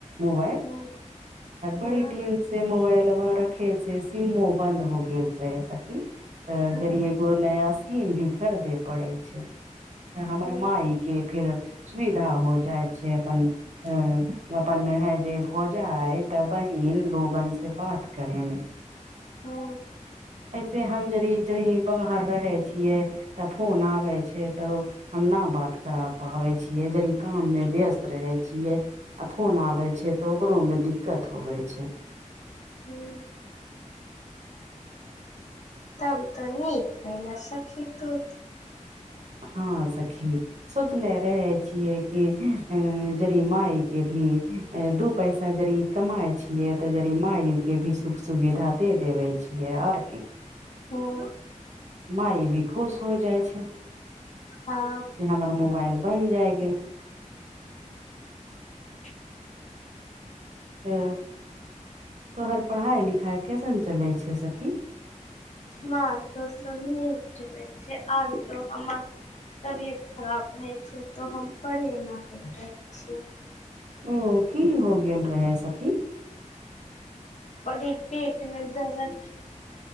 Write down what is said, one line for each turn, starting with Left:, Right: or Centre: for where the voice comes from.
Right: मोबाइल
Left: हँ हँ
Right: बड़ी से मोबाइला रखे से सिमो बंद हो गेल रहे छै सखी तऽ
Left: हँ
Right: जड़ि एगो नया सीम भी खरीदे पड़े छै तऽ हमर
Left: हँ
Right: माइ के फिर सुविधा हो जाइत छै अपन ऐं अपन नेहै जे भौजाय तऽ बहिन लोगन से बात करे मे
Left: हँ
Right: ऐसे हम जरी जरी बाहर रहे छियै तऽ फोन आबे छै तऽ हम नहि बात करा पाबै छियै जरी काममे व्यस्त रहै छियै आ फोन आबे छै तऽ ओकरोमे दिक्कत होबे छै
Left: हूँ तब तऽ नीक कयलो सखि तू
Right: हँ सखी सोचले रहे छियै कि अ जड़ माय के भी दू पैसा जड़ कमाय छियै तऽ जड़ि माय के भी सुख सुविधा दे देवे छियै आओर की
Left: हँ
Right: म ई भी खुश होय जाय छै
Left: हाँ
Right: कि हमर मोबाइल बन जाय गेल
Left: <unintelligible>
Right: तऽ तोहर पढ़ाइ लिखाइ कैसन चलै छै सखी
Left: हमर तऽ सब नीक चलैत छै आर तऽ हमर तबियत खराब रहै छै तऽ हम पढ़े ल रहै छियै
Right: उ की हो गेल रहै सखी
Left: पी पेट मे दर्द